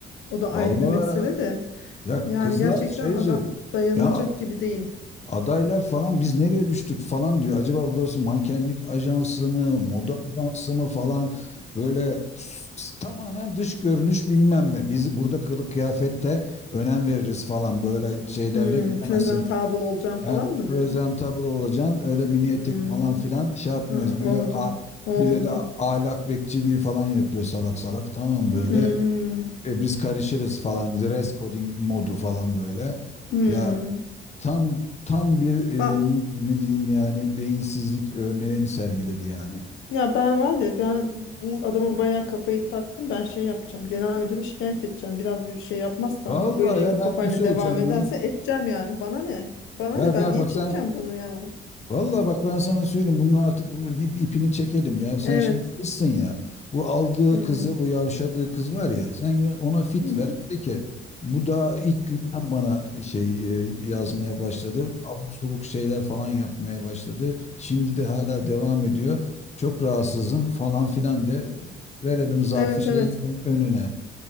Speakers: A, on the left; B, on the left.
A: o da ayrı
B: Vallahi
A: bir mesele
B: ya.
A: de.
B: Ya
A: Yani
B: kızlar
A: gerçekten
B: şeyci
A: adam dayanılacak
B: ya
A: gibi değil.
B: adaylar falan biz nereye düştük falan diyor. Acaba burası mankenlik ajansı mı, moda ajansı mı falan böyle s- tamamen dış görünüş bilmem ne. Biz burada kılık kıyafette önem veririz falan böyle şeylerle
A: Hmm,
B: gelemezsin.
A: presentable olacağım falan
B: Yani
A: mı
B: presentable
A: diyor?
B: olacaksın. Öyle mini etek
A: Hmm,
B: falan filan şey yapmayız.
A: ha,
B: Güya
A: oldu.
B: a-
A: Oldu.
B: bir de de ahlak bekçiliği falan yapıyor salak salak. Tamam
A: Hmm,
B: böyle. E, biz karışırız falan. Dress coding modu falan böyle.
A: hmm.
B: Ya tam tam bir e,
A: Ba-
B: ne ne diyeyim yani beyinsizlik örneğini sergiledi yani.
A: ya ben var ya ben bu adama bayağı kafayı taktım. Ben şey yapacağım. Genel müdüre şikayet edeceğim. Biraz bir şey yapmazsa
B: Vallahi
A: artık böyle
B: ya
A: bu kafayla
B: ben onu söyleyeceğim
A: devam ederse
B: ya.
A: edeceğim yani. Bana ne? Bana
B: Ver
A: ne? Ben
B: ver
A: niye
B: bak
A: çekeceğim
B: sen.
A: bunu yani?
B: Vallahi bak ben sana söyleyeyim bunun artık ip- ipini çekelim ya. Sen
A: Evet.
B: şimdi kızsın ya. Bu aldığı
A: Hmm.
B: kızı, bu yavşadığı kız var ya. Sen ona fit
A: <laughs> Hı hı.
B: ver. De ki bu daha ilk günden bana şey e, yazmaya başladı. Abuk subuk şeyler falan yapmaya başladı. Şimdi de hala devam ediyor. Çok rahatsızım falan filan de verelim zarfı
A: Evet
B: şeyin
A: evet.
B: önüne.